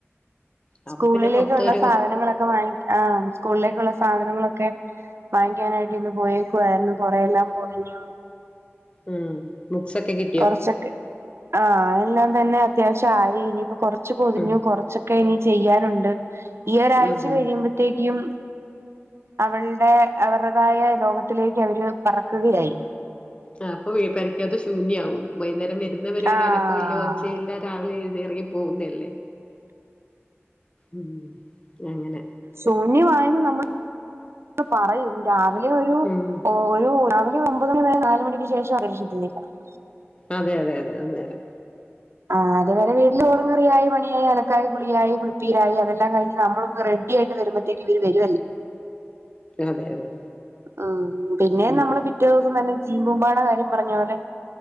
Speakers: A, on the left; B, on the right.
A: അപ്പൊ
B: സ്കൂളിലേക്കുള്ള
A: പിന്നെ മൊത്തം ഒരു
B: സാധനങ്ങളൊക്കെ വാങ്ങി ആഹ് സ്കൂളിലേക്കുള്ള സാധനങ്ങളൊക്കെ വാങ്ങിക്കാനായിട്ട് ഇന്ന് പോയേക്കുവായിരുന്നു കൊറെഎല്ലാം പൊതിഞ്ഞു
A: ഉം ബുക്സ് ഒക്കെ കി
B: കൊറച്ചൊക്കെ ആഹ് എല്ലാംതന്നെ അത്യാവശ്യ ആയി ഇനിയിപ്പംകൊറച്ച് പൊതിഞ്ഞു
A: ഉം
B: കൊറച്ചൊ ക്കെ ഇനിചെയ്യാനുണ്ട് ഈഒരാഴ്ച
A: ഉം ഉം
B: കഴിയുമ്പഴ്ത്തേക്ക്യും അവൾടെ അവരതായേ ലോകത്തിലേക്ക് അവര് പറക്കുകയായി
A: ആഹ് അപ്പൊ വീ പരിക്കാത്ത ശൂന്യാവും വൈകുന്നേരം വെരുന്നവെരേ
B: ആഹ്
A: ഒരന ഓ ഇല്ല ഒച്ചയില്ല രാവിലെ എഴുന്ന് ഇറങ്ങി പോകുന്നല്ലേ ഉം അങ്ങനെ
B: ശൂന്യമായെന്ന്നമ്മൾ പറയും രാവിലെ ഒരു
A: ഉം
B: ഓ ഒരു രാവിലെ ഒമ്പത് മണി മുതൽ നാല് മണിക്ക് ശേഷം <unintelligible>
A: അതെ അതെ അതെ അത് നേരാം
B: ആഹ് അത് വരെ വീ ചോറും കറിയായി പണിയായി അലക്കായികുളിയായി കുളിപ്പീരായി അതല്ലാകഴിഞ് നമ്മളൊന്ന് റെഡിആയിട്ട് വരുമ്പോഴ്ത്തേക്ക് ഇവര് വെരുവായി
A: അതെ അതെ
B: ഉം പിന്നെ
A: ഉം
B: നമ്മള് പിറ്റേ ദിവസം തന്നെ ജീമ്പൂമ്പാടെ കാര്യം പറഞ്ഞപോലെ